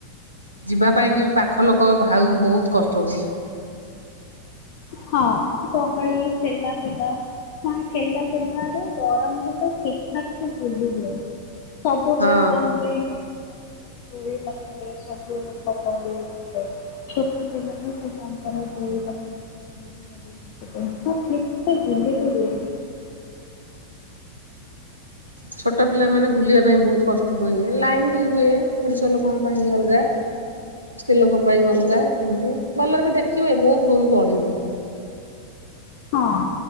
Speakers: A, on the right; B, on the left.
A: ଯିବା ପାଇଁକି ବି ପାଖ ଲୋକ ଭାଉ ବହୁତ କଷ୍ଟ ହଉ
B: ହଁ ଗହଳି ଠେଲା ପେଲା ମାନେ ଠେଲା ପେଲାରେ ଗରମ ରେ ତ ଠିକ ଠାକ ସେ ଭୁଲିହୁଏନି ସବୁ
A: ହଁ।
B: ଦୋକାନ ରେ ମିଳ ପୋରି ପାଖରେ ସବୁ ଲୋକ ଗହଳି ହେଇଥାଏ ଛୋଟ ପିନ ତ ସେ ମୁଁ ଠିକ ସେ ବୁଲି ବି ହୁଏନି।
A: ଛୋଟ ପିଲାମାନେ ବୁଲିବା ପାଇଁ ବହୁତ କଷ୍ଟ ହୁଏ ଲାଇନ୍ ବି ହୁଏ ପୁରୁଷ ଲୋକଙ୍କ ପାଇଁ ଅଲଗା ସ୍ତ୍ରୀ ଲୋକଙ୍କ ପାଇଁ ଅଲଗା ସେମିତି ଭଲରେ ବି ଦେଖି ହୁଏ ବହୁତ ବହୁତ ଗଳି ହୁଏ।
B: ହଁ